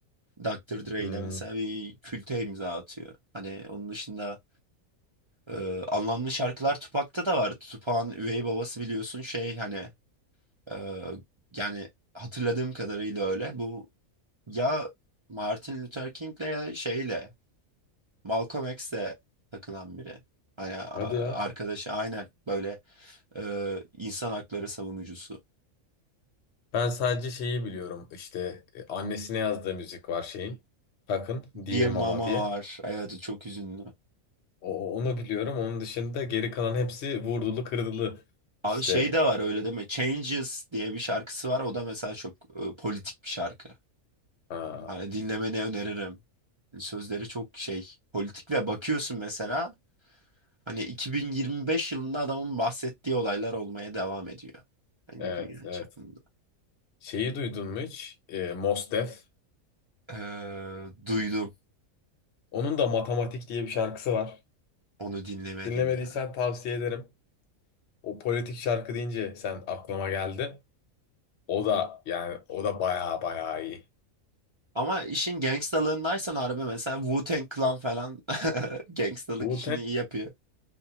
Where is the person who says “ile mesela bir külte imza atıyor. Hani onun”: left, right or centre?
Right